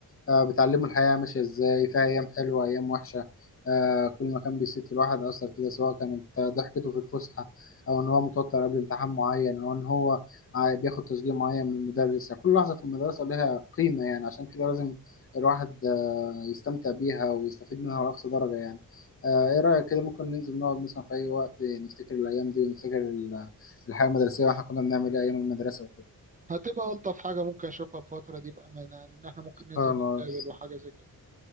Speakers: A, on the left; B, on the right.
A: آه، بتعلمه الحياة ماشية ازاي فيها أيام حلوة أيام وحشة آه، كل ما كان بيسيب في الواحد أثر كده سواء كانت آه، ضحكته في الفسحة أو إن هو متوتر قبل امتحان معين أو إن هو عا- بياخد تشجيع معين من المدرس يعني كل لحظة في المدرسة لها قيمة يعني عشان كده لازم الواحد آه، يستمتع بيها ويستفيد منها لأقصى درجة يعني آه، إيه رأيك كده ممكن ننزل نقعد مثلا في أي وقت نفتكر الأيام دي ونفتكر ال- الحياة المدرسية وإحنا كنا بنعمل إيه أيام المدرسة وكده
B: هتبقى ألطف حاجة ممكن أشوفها الفترة دي بأمانة يعني إن إحنا ممكن ننزل
A: خلاص
B: نتقابل وحاجة زي كده